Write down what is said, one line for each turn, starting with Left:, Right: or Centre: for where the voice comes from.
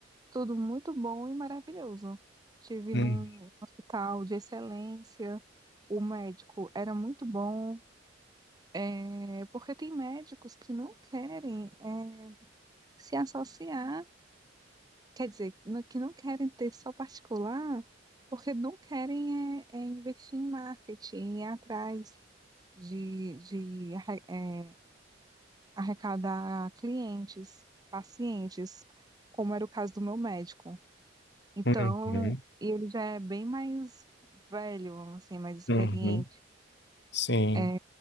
Right: tudo muito bom e maravilhoso. Tive
Left: Hum,
Right: num hospital de excelência. O médico era muito bom. É, porque tem médicos que não querem, é, se associar Quer dizer, no- que não querem ter só particular, porque não querem é, é investir em marketing, ir atrás de, de arre- é, arrecadar clientes, pacientes, como era o caso do meu médico. Então,
Left: Uhum,
Right: e ele já é bem mais velho, assim, mais experiente.
Left: uhum. Sim,
Right: É,